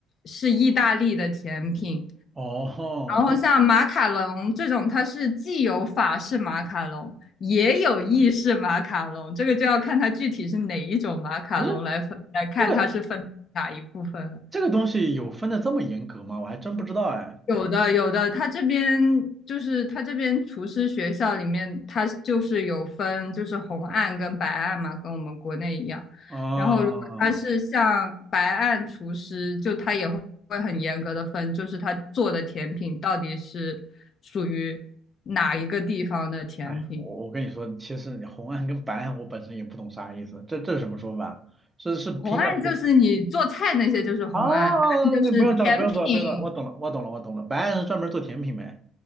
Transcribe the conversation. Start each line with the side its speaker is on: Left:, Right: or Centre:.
Left: 是意大利的甜品，
Right: 哦，
Left: 然后像马卡龙这种，它是既有法式马卡龙，也有意式马卡龙，这个就要看它具体是哪一种马卡龙来分来看它是分哪一部分了
Right: 不是这个这个东西有分的这么严格吗？我还真不知道哎。
Left: 有的有的，他这边就是他这边厨师学校里面，他就是有分就是红案跟白案嘛，跟我们国内一样。
Right: 哦，
Left: 然后如果他是像白案厨师，就他也会会很严格的分，就是他做的甜品到底是属于哪一个地方的甜品。
Right: 哎，我我跟你说，其实你红案跟白案我本身也不懂啥意思，这这是什么说法？是是拼的不
Left: 红案就是你做菜那些就是红案，
Right: 啊？
Left: 白案就是甜品，
Right: 那不用找了，不用找了，不用找了，我懂了，我懂了，我懂了。白案是专门做甜品呗。